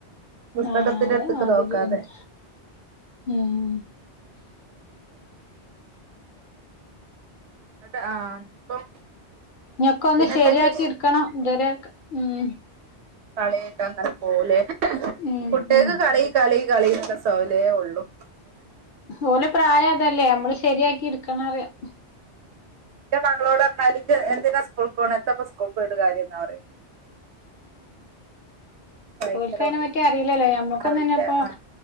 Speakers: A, on the right (about 75°); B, on the left (about 60°).
A: പുസ്തകത്തിൻ്റെ
B: ആഹ് അതേ
A: എടുത്ത്ക്ക്
B: മാതിരിയന്നെ.
A: നോക്കാതെ
B: ഉം
A: എന്നിട്ട് ആഹ് ഇപ്പം
B: ഇഞ്ഞൊക്കെ ഒന്ന്
A: പിന്നെ
B: ശരിയാക്കി
A: എന്തൊക്കെ
B: ഇട്ക്കണം ഇതുവരെ ഉം
A: കളി കണ്ട് അങ്ങനെ പോകുല്ലേ
B: ഉം
A: കുട്ടികൾക്ക്
B: ഉം
A: കളി കളി കളിന്ന് ഉള്ള സോയലേ ഉള്ളൂ
B: ഓലെ പ്രായം അതല്ലേ നമ്മള് ശരിയാക്കി എടുക്കണം അറിയാം
A: എൻ്റെ മകളോട് പറഞ്ഞാല് എന്തിനാ സ്കൂൾക്കണ് എത്തപ്പോ സ്കൂൾ ക്ക് ഒരു കാര്യം എന്നാ പറയ ഭയങ്കര
B: ഓൽക്ക് അയ്നെ
A: മടിയാ
B: പറ്റി അറിയില്ലല്ലോ ഞമ്മക്കൊന്ന്
A: അറിയില്ല
B: തന്നെ ഇപ്പൊ
A: ആ